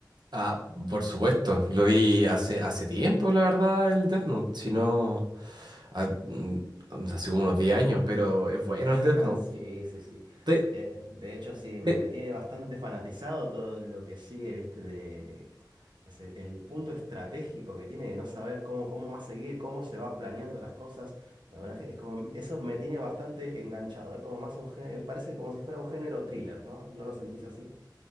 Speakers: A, on the right; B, on the right.
A: Ah, por supuesto, lo vi hace, hace tiempo, la verdad, el Death Note, si no, ah, mm, hace como unos 10 años, pero es bueno el
B: <laughs>
A: Death Note.
B: Sí, sí, sí.
A: ¿Te,
B: De, de hecho, sí, me
A: te-
B: tiene bastante fanatizado todo lo que sigue, viste, de ese- el punto estratégico que tiene de no saber cómo, cómo va a seguir, cómo se va planeando las cosas. La verdad es que es como, eso me tiene bastante enganchado. Es como más un género, parece como si fuera un género thriller, ¿no? ¿No lo sentís así?